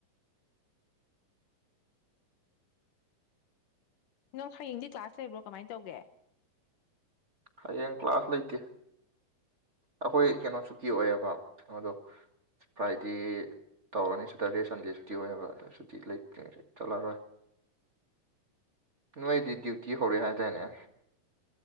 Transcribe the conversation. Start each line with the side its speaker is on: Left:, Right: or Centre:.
Left: ꯅꯪ ꯍꯌꯦꯡꯗꯤ ꯀ꯭ꯂꯥꯁ ꯂꯩꯕ꯭ꯔꯣ ꯀꯃꯥꯏꯟ ꯇꯧꯒꯦ
Right: ꯍꯌꯦꯡ ꯀ꯭ꯂꯥꯁ ꯂꯩꯇꯦ ꯑꯈꯣꯏ ꯀꯩꯅꯣ ꯁꯨꯇꯤ ꯑꯣꯏꯌꯦꯕ ꯀꯩꯅꯣꯗꯣ ꯐ꯭ꯔꯥꯏꯗꯦ ꯇꯧꯔꯅꯤ ꯁꯇꯔꯗꯦ ꯁꯟꯗꯦ ꯁꯨꯇꯤ ꯑꯣꯏ ꯍꯥꯏꯕ ꯑꯗ ꯁꯨꯇꯤ ꯂꯩꯇ꯭ꯔꯦ ꯆꯠꯂꯔꯣꯏ ꯅꯣꯏꯗꯤ ꯗ꯭ꯌꯨꯇꯤ ꯍꯧꯔꯦ ꯍꯥꯏꯗꯥꯏꯅꯦ